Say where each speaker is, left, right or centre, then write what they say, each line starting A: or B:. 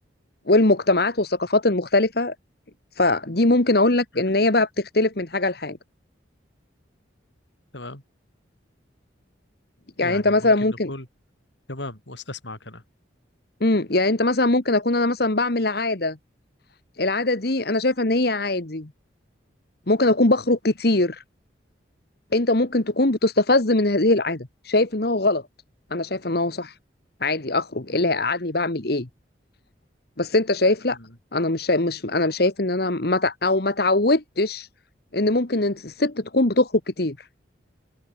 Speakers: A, on the left (about 55°); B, on the left (about 70°).
A: والمجتمعات والثقافات المختلفة فدي ممكن اقول لك
B: <clears throat>
A: ان هي بقى بتختلف من حاجه لحاجه
B: تمام
A: يعني
B: يعني
A: انت مثلا
B: ممكن
A: ممكن
B: نقول تمام وأس- أسمعك أنا
A: امم يعني انت مثلا ممكن اكون انا مثلا بعمل عاده العاده دي انا شايفه ان هي عادي ممكن اكون بخرج كتير انت ممكن تكون بتستفز من هذه العاده شايف ان هو غلط انا شايفه ان هو صح عادي اخرج ايه اللي هيقعدني بعمل ايه بس انت شايف لا
B: مم.
A: انا مش شايف مش انا مش شايف ان انا ما تع- او ما تعودتش ان ممكن إن الست تكون بتخرج كتير